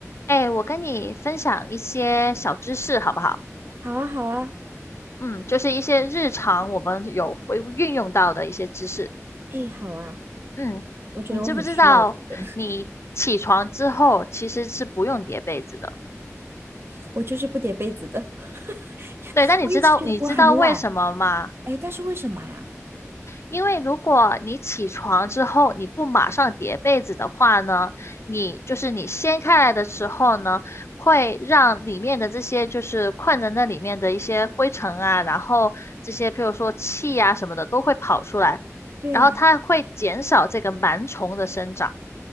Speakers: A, on the left; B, on the right.
A: 哎，我跟你分享一些小知识，好不好？
B: 好啊，好啊，
A: 嗯，就是一些日常我们有会运用到的一些知识。
B: 哎，好啊，
A: 嗯，
B: 我觉得我很需要这个，
A: 你知不知道，你起床之后其实是不用叠被子的。
B: <laughs> 我就是不叠被子的，<laughs>
A: 对，那你知道你知道为什么吗？
B: 我一直觉得我很懒，哎，但是为什么啊？
A: 因为如果你起床之后你不马上叠被子的话呢，你就是你掀开来的时候呢，会让里面的这些就是困在那里面的一些灰尘啊，然后这些譬如说气啊什么的都会跑出来，
B: 对呀，
A: 然后它会减少这个螨虫的生长。